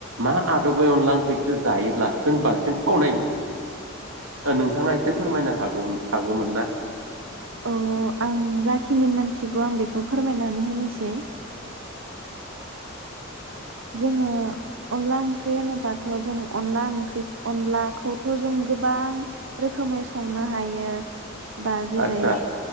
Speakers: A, on the right; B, on the right.
A: मा आदबै अनला ओंख्रिखौ खो जायोब्ला जों बांसिन थावनाय मोनो नोंथाङा एसे फोरमायनो हागौ हागौमोन ना?
B: औ आं जाखिनि मोनथिगौ आं बेखौ फोरमायनानै होनोसै जोङो अनला ओंख्रि होनोबाथ' जों अनला ओंख्रि अनलाखौथ' जों गोबां रोखोमै संनो हायो बा जेरै
A: आदसा